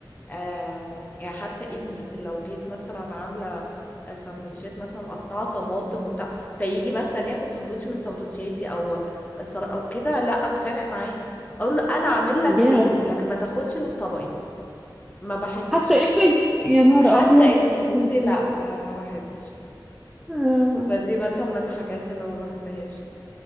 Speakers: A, on the left (about 20°); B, in the centre.
A: آم، يعني حتى ابني لو جيت مثلا عاملة آه، سندوتشات مثلا مقطعة طماطم وبتاع فيجي مثلا ياخد سندوتش من سندوتشاتي او سل- او كده لا اتخانق معاه اقول له انا عامل لك
B: يا
A: تاني لكن ما تاخدش اللي في طبقي ما بحبش
B: حتى ابنك يا نهار
A: حتى
B: ابيض
A: ابني
B: اوكي
A: بصي لا ما بحبش
B: آه.
A: فدي مثلا من الحاجات اللي ما بحبهاش